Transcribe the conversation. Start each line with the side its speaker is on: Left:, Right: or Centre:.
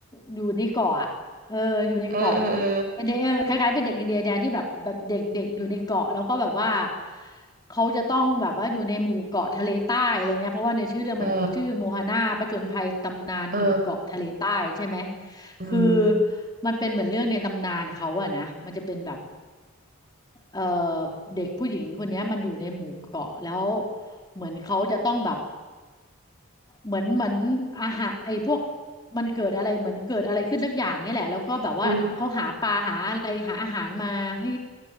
Left: อยู่ในเกาะอะเอออยู่ในเกาะ
Right: เออเออเออ
Left: เป็นเด็กเออคล้ายๆเป็นเด็กอินเดียแดนที่แบบแบบเด็กเด็กอยู่ในเกาะแล้วก็แบบว่าเขาจะต้องแบบว่าอยู่ในหมู่เกาะทะเลใต้อะไรเงี้ยเพราะว่าในชื่อเรื่องมันชื่อโมฮาน่าผจญภัยตำนานหมู่เกาะทะเลใต้ใช่ไหม
Right: เออเอออืม
Left: คือมันเป็นเหมือนเรื่องในตำนานเขาอะนะมันจะเป็นแบบเออเด็กผู้หญิงคนเนี้ยมันอยู่ในหมู่เกาะแล้วเหมือนเขาจะต้องแบบ เหมือนเหมือนอาหารไอ้พวกมันเกิดอะไรเหมือนเกิดอะไรขึ้นสักอย่างเนี่ยแหละแล้วก็แบบว่าเขาหาปลาหาอะไรหาอาหารมาให้
Right: อืม